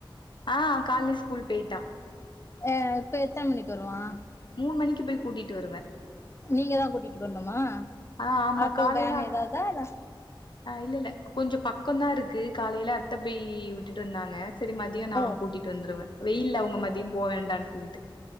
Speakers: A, on the left; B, on the left.
A: ஆ காலைலேயே ஸ்கூல் போயிட்டா
B: ஆ இப்ப எத்தன மணிக்கு வருவா
A: மூணு மணிக்கு போய் கூட்டிட்டு வருவே
B: நீங்க தா கூட்டிட்டு பண்ணுமா
A: ஆ ஆமா
B: ஆட்டோ
A: காலையில
B: வேன்
A: அத்
B: ஏதாவதா இல்ல
A: ஆ இல்ல இல்ல கொஞ்ச பக்கோந்தா இருக்கு காலையில அத்த போய் விட்டுட்டு வந்தாங்க சேரி மதிய நா
B: ஓ
A: கூட்டிட்டு வந்துருவே வெயில்ல அவுங்க மதிய போ வேண்டானு சொல்லிட்டு